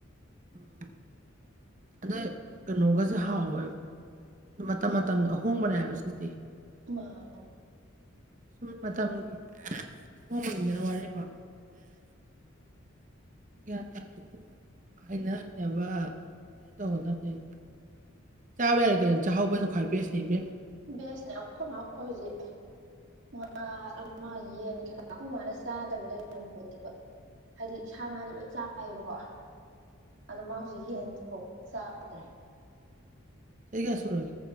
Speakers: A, on the right; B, on the right.
A: ꯎꯝ ꯑꯗꯩ ꯀꯩꯅꯣꯒꯁꯦ ꯍꯥꯎꯋꯦꯕ ꯑꯗꯨ ꯃꯇꯝ ꯃꯇꯝꯒꯤ ꯑꯍꯣꯡꯕꯅꯦ ꯍꯥꯏꯕ ꯁꯤꯗꯤ
B: ꯃꯥ
A: ꯁꯨꯝ ꯃꯇꯝꯒꯤ ꯑꯍꯣꯡꯕꯅꯤꯗꯅ ꯋꯥꯔꯤꯕ ꯒ꯭ꯌꯥꯟ ꯇꯥꯗꯦ ꯑꯗꯨꯒ ꯍꯩꯅ ꯍꯩꯅꯕ ꯀꯩꯅꯣ ꯇꯧꯒꯗꯕꯅꯤꯅ ꯆꯥꯕ ꯌꯥꯔꯤ ꯀꯩꯅꯣ ꯆꯥꯍꯧꯕꯅ ꯈ꯭ꯋꯥꯏ ꯕꯦꯁꯅꯤ ꯏꯕꯦꯝꯃ
B: ꯕꯦꯁꯅꯦ ꯑꯈꯣꯃꯥ ꯍꯧꯖꯤꯛ <unintelligible> ꯑꯃ ꯌꯦꯟ ꯀꯩꯀꯥ ꯑꯈꯣꯃꯥꯅ ꯆꯥꯗꯕ ꯂꯩꯔꯝꯕꯣꯠꯇꯦꯕ ꯍꯥꯏꯗꯤ ꯁꯥ ꯉꯥꯁꯨ ꯂꯣꯏ ꯆꯥꯏꯌꯦꯕꯀꯣ ꯑꯗꯣ ꯃꯥ ꯍꯧꯖꯤꯛ ꯌꯦꯟꯖꯤꯚꯧ ꯆꯥꯗ꯭ꯔꯦ
A: ꯆꯍꯤ ꯀꯌꯥ ꯁꯨꯔꯒꯦ